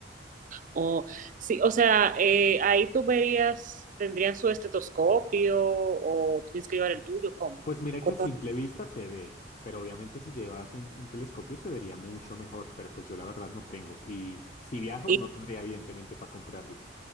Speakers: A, on the right (about 45°); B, on the left (about 40°).
A: o sí, o sea, eh, ahí tú verías, tendrían su estetoscopio o tienes que llevar el tuyo, ¿cómo?
B: Pues mira
A: cómo
B: que a simple vista se ve, pero obviamente si llevas un, un telescopio se vería mucho mejor, pero pues yo la verdad no tengo. Y si viajo,
A: Y,
B: no tendría evidentemente para comprarlo.